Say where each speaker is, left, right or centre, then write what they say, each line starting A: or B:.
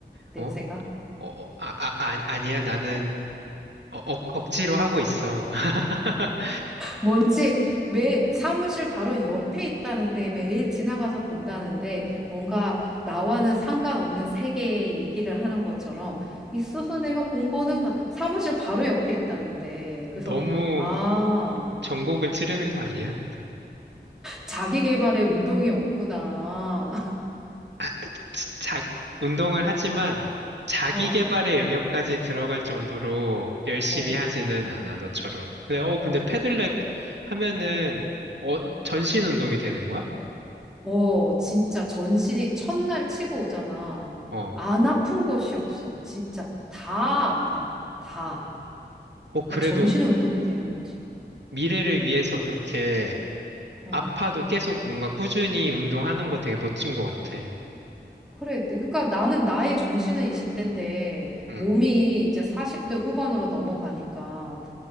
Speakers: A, in the centre; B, on the right.
A: 냄새가?
B: 어? 어, 어, 아, 아, 아, 아니야. 나는 어, 억, 억지로 하고 있어. <laughs>
A: 뭔지 매 사무실 바로 옆에 있다는데 매일 지나가서 본다는데 뭔가 나와는 상관없는 세계의 얘기를 하는 것처럼 있어서 내가 본 거는 가- 사무실 바로 옆에 있다는데 그래서
B: 너무
A: 아,
B: 전곡을 찌르는 거 아니야?
A: 자기 개발에 운동이 없구나. <laughs>
B: 아, 자, 자- 운동을 하지만 자기
A: 어,
B: 개발의 영역까지 들어갈 정도로 열심히
A: 어,
B: 하지는 않아, 너처럼. 근데, 어, 근데
A: 어,
B: 패들렛 하면은, 어,
A: 어.
B: 전신 운동이 되는 거야?
A: 어, 진짜 전신이 첫날 치고 오잖아.
B: 어,
A: 안 아픈 곳이 없어. 진짜 다 아파. 다.
B: 어, 그래도
A: 그러니까 전신 운동이 되는 거지.
B: 미래를 위해서 그렇게
A: 어.
B: 아파도 계속 뭔가 꾸준히 운동하는 거 되게 멋진 것 같아.
A: 그래. 그러니까 나는 나의 정신은 20대인데
B: 응.
A: 몸이 이제 40대 후반으로 넘어가니까